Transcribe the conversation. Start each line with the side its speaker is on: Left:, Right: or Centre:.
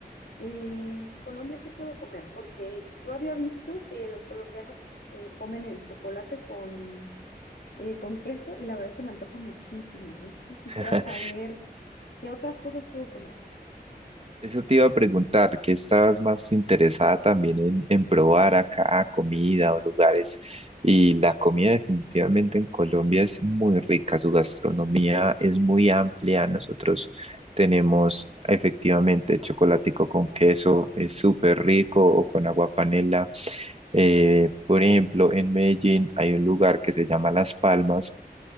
Left: eh, en Colombia, ¿qué puedo comer? Porque yo había visto que los colombianos eh, comen el chocolate con, eh, con queso y la verdad se me antoja muchísimo. Entonces quisiera
Right: <laughs>
Left: saber qué otras cosas puedo comer.
Right: Eso te iba a preguntar, ¿qué estabas más interesada también en, en probar acá, comida o lugares? Y la comida definitivamente en Colombia es muy rica, su gastronomía es muy amplia. Nosotros tenemos efectivamente chocolatico con queso, es súper rico, o con agua panela. Eh, por ejemplo, en Medellín hay un lugar que se llama Las Palmas